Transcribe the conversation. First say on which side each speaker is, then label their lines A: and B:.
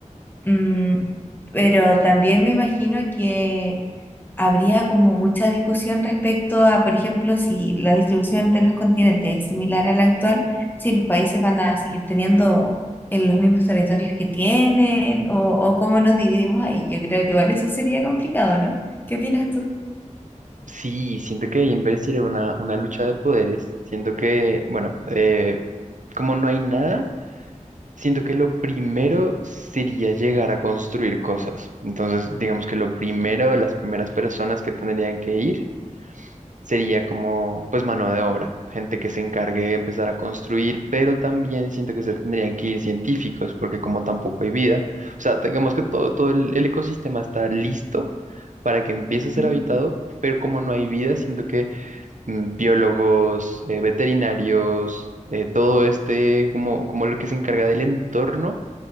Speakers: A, on the left; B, on the right.
A: Mm, pero también me imagino que habría como mucha discusión respecto a, por ejemplo, si la distribución entre los continentes es similar a la actual, si los países van a seguir teniendo en los mismos territorios que tienen o, o cómo nos dividimos ahí. Yo creo que igual eso sería complicado, ¿no? ¿Qué opinas tú?
B: Sí, siento que ahí empezaría una, una lucha de poderes. Siento que, bueno, eh, como no hay nada, siento que lo primero sería llegar a construir cosas. Entonces, digamos que lo primero, las primeras personas que tendrían que ir sería como pues mano de obra, gente que se encargue de empezar a construir, pero también siento que se tendrían que ir científicos, porque como tampoco hay vida, o sea, tengamos que todo, todo el, el ecosistema está listo para que empiece a ser
A: Ujú.
B: habitado, pero como no hay vida, siento que mm, biólogos, eh, veterinarios, eh, todo este, como, como lo que se encarga del entorno,